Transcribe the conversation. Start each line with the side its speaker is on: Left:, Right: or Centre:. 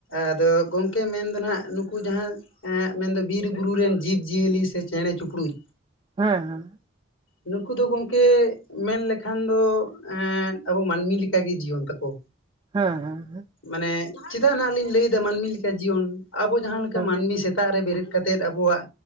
Left: ᱟᱫᱚ ᱜᱚᱢᱠᱮ ᱢᱮᱱᱫᱚ ᱦᱟᱜ ᱱᱩᱠᱩ ᱡᱟᱦᱟᱸ ᱢᱮᱱᱫᱚ ᱵᱤᱨ ᱵᱩᱨᱩ ᱨᱮᱱ ᱡᱤᱵᱽᱡᱤᱭᱟᱹᱞᱤ ᱥᱮ ᱪᱮᱬᱮ ᱪᱤᱯᱨᱩᱫ
Right: ᱦᱮᱸ ᱦᱮᱸ
Left: ᱱᱩᱠᱩ ᱫᱚ ᱜᱚᱝᱠᱮ ᱢᱮᱱ ᱞᱮᱠᱷᱟᱱ ᱫᱚ ᱮ ᱟᱵᱚ ᱢᱟᱹᱱᱢᱤ ᱞᱮᱠᱟᱜᱮ ᱡᱤᱭᱚᱱ ᱛᱟᱠᱚ
Right: ᱦᱮᱸ ᱦᱮᱸᱮᱸ
Left: ᱢᱟᱱᱮ ᱪᱮᱫᱟᱜ ᱟᱜ ᱞᱤᱧ ᱞᱟᱹᱭᱫᱟ ᱢᱟᱹᱱᱢᱤ ᱞᱮᱠᱟ ᱡᱤᱭᱚᱱ ᱟᱵᱚ ᱡᱟᱦᱟᱸ ᱞᱮᱠᱟ
Right: ᱦᱮᱸ
Left: ᱢᱟᱹᱱᱢᱤ ᱥᱮᱛᱟᱜ ᱨᱮ ᱵᱮᱨᱮᱫ ᱠᱟᱛᱮ ᱠᱟᱛᱮᱫ ᱠᱟᱛᱮᱫ ᱟᱵᱚᱣᱟᱜ